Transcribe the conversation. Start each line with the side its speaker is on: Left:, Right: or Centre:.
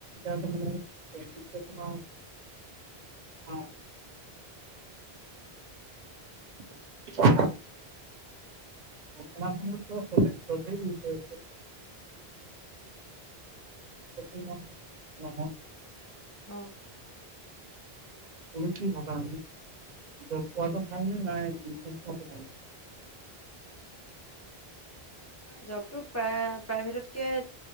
Right: এইখিনিতে তোমাৰ। অ। <unintelligible> বৰ্তমান সমতো সব চবেই বিষু। ি <unintelligible>
Left: হ
Right: তুমি কি ভাবা। জব <unintelligible> ভাল
Left: জবটো প্ৰায় প্ৰাইভেটতকে।